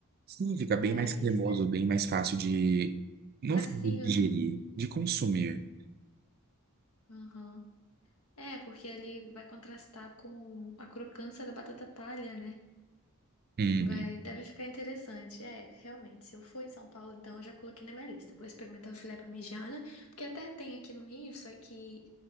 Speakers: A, on the right; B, on the left.
A: Sim, fica
B: Mas
A: bem mais cremoso,
B: deve-
A: bem mais fácil de, não
B: macio,
A: falo de digerir,
B: né?
A: de consumir.
B: Uhum. É, porque ele vai contrastar com a crocância da batata palha, né?
A: Uhum.
B: Vai, deve ficar interessante. É, realmente, se eu for em São Paulo, então eu já coloquei na minha lista. Vou experimentar o filé parmegiana, porque até tem aqui no Rio, só que